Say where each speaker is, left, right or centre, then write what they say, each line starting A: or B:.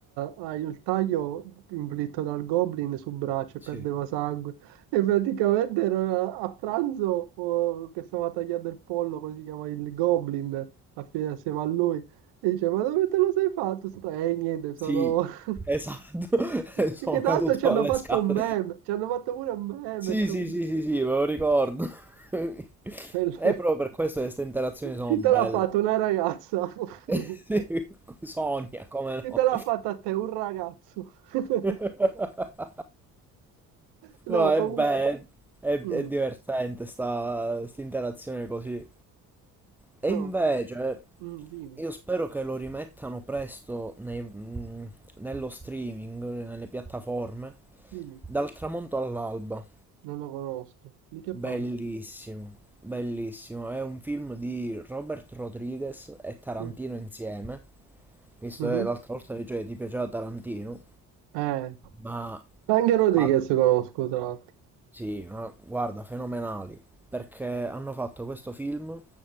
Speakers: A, on the right (about 65°); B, in the centre.
A: ha il taglio inflitto dal Goblin sul braccio e
B: Sì.
A: perdeva sangue. E praticamente era a pranzo, oh, che stava tagliando il pollo, così si chiama il Goblin, assieme a lui. E dice, ma dove te lo sei fatto? Sto- Eh, niente, sono...
B: Sì,
A: <laughs>
B: esatto, <laughs> sono
A: Che tra
B: caduto
A: l'altro ci hanno
B: dalle
A: fatto
B: scale.
A: un meme, ci hanno fatto pure un meme.
B: Sì,
A: ci hanno-
B: sì, sì, sì, sì, me lo ricordo. <laughs> È
A: Bello.
B: proprio per questo che queste interazioni sono
A: Chi
B: belle.
A: te l'ha fatto? Una ragazza. <laughs>
B: <laughs> Sì, Sonia, come
A: Chi
B: no?
A: te l'ha fatta a te? Un ragazzo. <laughs>
B: <laughs>
A: No,
B: No, è
A: comunque...
B: bello, è,
A: Mm,
B: è divertente sta, sta interazione così. E
A: no,
B: invece
A: mm, dimmi,
B: io spero che lo rimettano presto nei- mh, nello streaming, nelle piattaforme,
A: dimmi.
B: dal tramonto all'alba.
A: Non lo conosco. Di che
B: Bellissimo,
A: parlo?
B: bellissimo. È un film di Robert Rodriguez e Tarantino
A: Mm,
B: insieme, visto
A: mhm.
B: che l'altra volta dicevi ti piaceva Tarantino,
A: Eh,
B: ma
A: anche Rodriguez
B: ah,
A: conosco, tra l'altro.
B: sì, ma guarda, fenomenali, perché hanno fatto questo film